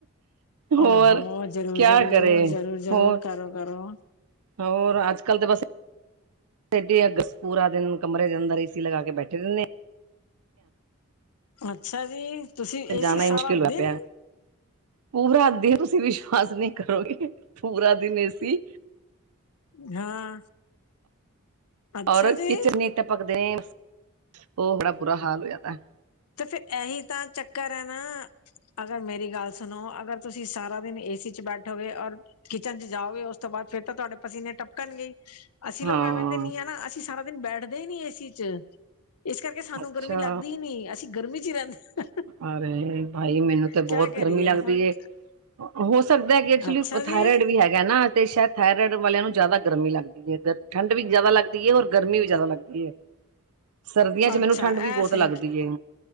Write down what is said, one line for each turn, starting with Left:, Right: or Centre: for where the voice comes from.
Right: ਹੋਰ
Left: ਓਹੋ ਜ਼ਰੂਰ
Right: ਕਿਆ
Left: ਜ਼ਰੂਰ
Right: ਕਰੇ
Left: ਜ਼ਰੂਰ ਜ਼ਰੂਰ
Right: ਹੋਰ
Left: ਕਰੋ ਕਰੋ
Right: ਹੋਰ ਅੱਜ-ਕੱਲ੍ਹ ਤੇ ਬਸ ਸਾਡੀ ਅੱਗ ਪੂਰਾ ਦਿਨ ਕਮਰੇ ਦੇ ਅੰਦਰ ਏ ਸੀ ਲਗਾ ਕੇ ਬੈਠੇ ਰਹਿੰਨੇ ਆ।
Left: ਅੱਛਾ ਜੀ ਤੁਸੀਂ ਏ
Right: ਜਾਣਾ
Left: ਸੀ ਸਾਰਾ
Right: ਹੀ ਮੁਸ਼ਕਿਲ ਹੋਇਆ
Left: ਦਿਨ
Right: ਪਿਆ ਪੂਰਾ ਦਿਨ ਤੁਸੀਂ ਵਿਸ਼ਵਾਸ ਨੀ ਕਰੋਗੇ ਪੂਰਾ ਦਿਨ ਏ ਸੀ
Left: ਹਾਂ। ਅੱਛਾ
Right: ਔਰ
Left: ਜੀ
Right: ਕਿਚਨ ਨੇ ਤਾ ਪਕਦੇ ਨੇ, ਉਹ ਬੜਾ ਬੁਰਾ ਹਾਲ ਹੋ ਜਾਂਦਾ।
Left: ਤੇ ਫੇਰ ਐ ਹੀ ਤਾਂ ਚੱਕਰ ਐ ਨਾ। ਅਗਰ ਮੇਰੀ ਗੱਲ ਸੁਣੋ ਅਗਰ ਤੁਸੀਂ ਸਾਰਾ ਦਿਨ ਏ ਸੀ 'ਚ ਬੈਠੋਗੇ ਔਰ ਕਿਚਨ 'ਚ ਜਾਓਗੇ ਉਸ ਤੋਂ ਬਾਅਦ ਫੇਰ ਤਾਂ ਤੁਹਾਡੇ ਪਸੀਨੇ ਟਪਕਣ ਗੇ ਈ। ਅਸੀਂ
Right: ਹਾਂ
Left: ਲੋਕ ਐਵੇਂਦੇ ਨੀ ਆ ਨਾ ਅਸੀਂ ਸਾਰਾ ਦਿਨ ਬੈਠਦੇ ਈ ਨੀ ਏ ਸੀ 'ਚ। ਇਸ ਕਰਕੇ ਸਾਨੂੰ
Right: ਅੱਛਾ
Left: ਗਰਮੀ ਲੱਗਦੀ ਈ ਨੀ ਅਸੀਂ ਗਰਮੀ 'ਚ ਈ ਰਹਿੰਦੇ।
Right: ਅਰੇ ਭਾਈ ਮੈਨੂੰ ਤੇ
Left: ਕਿਆ
Right: ਬਹੁਤ
Left: ਕਰੀਏ
Right: ਗਰਮੀ ਲੱਗਦੀ
Left: ਹੁਣ
Right: ਏ। ਹੋ ਸਕਦਾ ਏ ਕਿ ਐਕਚੁਲੀ
Left: ਅੱਛਾ ਜੀ
Right: ਥਾਇਰੇਇਡ ਵੀ ਹੈਗਾ ਨਾ ਤੇ ਸ਼ਾਇਦ ਥਾਇਰੇਇਡ ਵਾਲਿਆਂ ਨੂੰ ਜ਼ਿਆਦਾ ਗਰਮੀ ਲੱਗ ਠੰਢ ਵੀ ਜ਼ਿਆਦਾ ਲੱਗਦੀ ਏ ਔਰ ਗਰਮੀ ਵੀ ਜ਼ਿਆਦਾ ਲੱਗਦੀ ਏ‌। ਸਰਦੀਆਂ ਚ ਮੈਨੂੰ
Left: ਅੱਛਾ
Right: ਠੰਡ
Left: ਇਹ
Right: ਵੀ ਬੋਤ
Left: ਸਹੀ
Right: ਲੱਗਦੀ ਏ।